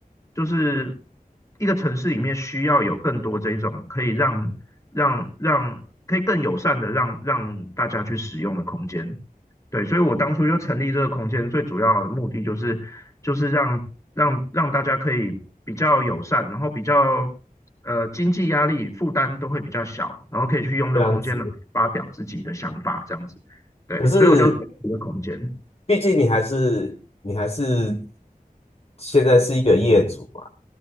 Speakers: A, on the left; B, on the left.
A: 就是一个城市里面需要有更多这种可以让让让可以更友善的让让大家去使用的空间。对，所以我当初就成立这个空间，最主要的目的就是就是让让让大家可以比较友善，然后比较呃经济压力负担都会比较小，然后可以去用这个空间来发表自己的想法，
B: 这样子。
A: 这样子。对，
B: 可是
A: 所以我就成立这个空间。
B: 毕竟你还是你还是现在是一个业主嘛。